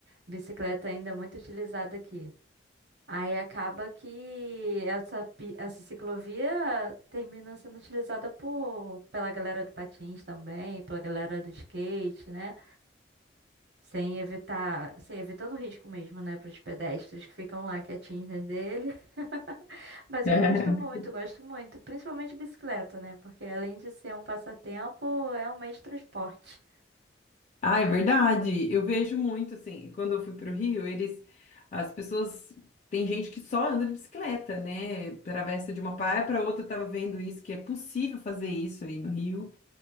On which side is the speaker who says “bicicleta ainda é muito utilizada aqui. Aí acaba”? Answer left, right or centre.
Right